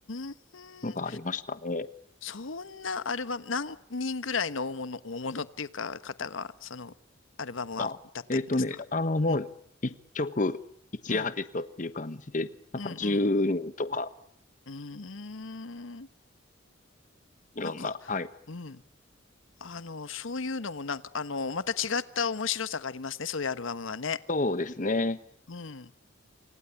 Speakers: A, on the left; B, on the left.
A: ん、
B: のがありましたね。
A: そんなアルバム、何人ぐらいの大物、大物っていうか、方が、その、アルバムは歌ってるんですかうん、
B: まあ、えっとね、あの、もう、一曲、一アーティストっていう感じで、
A: うん、
B: なんか10人とか、
A: うん、うん、うーん、
B: いろんな、
A: なんか、
B: はい。
A: うん、あの、そういうのもなんか、あの、また違った面白さがありますね、そういうアルバムはね。
B: そうですね。
A: うん。